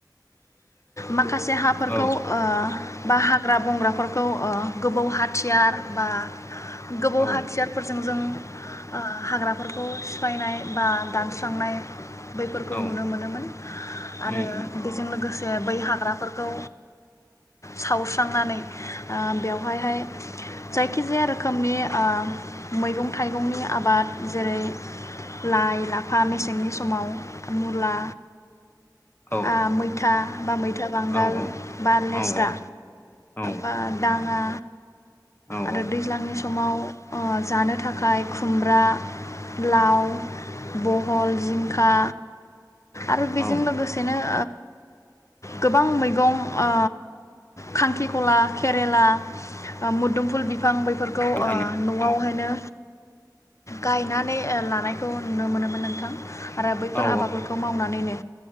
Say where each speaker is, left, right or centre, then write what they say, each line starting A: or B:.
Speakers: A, on the left; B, on the left.
A: माखासे हाफोरखौ
B: औ
A: ओ बा हाग्रा बंग्राफोरखौ गोबौ हाथियार बा गोबौ
B: औ
A: हाथियारफोरजों जों ओ हाग्राफोरखौ सिफायनाय बा दानस्रांनाय बैफोरखौ
B: औ
A: नुनो मोनोमोन आरो
B: उम उम
A: बेजों लोगोसे। ओ बै हाग्राफोरखौ सावस्रांनानै ओ बेवहायहाय जायखिजाया रोखोम। रोखोमनि ओ मैगं थाइगंनि आबाद जेरै लाइ लाफा मेसेंनि समाव मुला।
B: औ
A: आ मैथा। बा मैं था बांगाल
B: औ औ
A: बा लेस्रा
B: औ औ
A: बा दाङा
B: औ
A: आरो
B: औ
A: दैज्लांनि सम समाव ओ जानो थाखाय खुमब्रा लाव बहल जिं खा आरो बेजों
B: औ
A: लोगोसेनो ओ गोबां मैगं ओ खांख्रिखला केरेला मुदुमफुल बिफां बैफोर <unintelligible>
B: थारैनो
A: न'आवहाय नो गायनानै ओ लानायखौ नुनो मोनोमोन नोंथां। आरो बैफोर
B: औ
A: आबादफोरखौ मावनानैनो